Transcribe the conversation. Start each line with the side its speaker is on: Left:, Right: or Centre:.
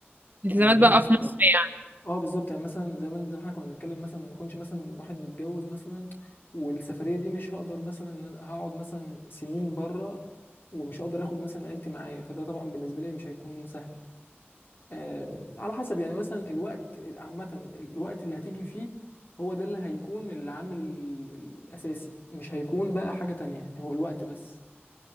Right: التزامات
Left: فاهماني
Right: بقى في مصر يعني
Left: اه بالظبط يعني مثلا زي ما زي ما احنا كنا بنتكلم مثلا ما كنتش مثلا واحد متجوز مثلا والسفرية دي مش هقدر مثلا إن أنا هقعد مثلا سنين بره ومش هقدر اخد مثلا عيلتي معايا فده طبعا بالنسبة لي مش هيكون سهل آه على حسب يعني مثلا الوقت عامة الوقت اللي هتيجي فيه هو ده اللي هيكون العامل ال- الأساسي مش هيكون بقى حاجة تانية هو الوقت بس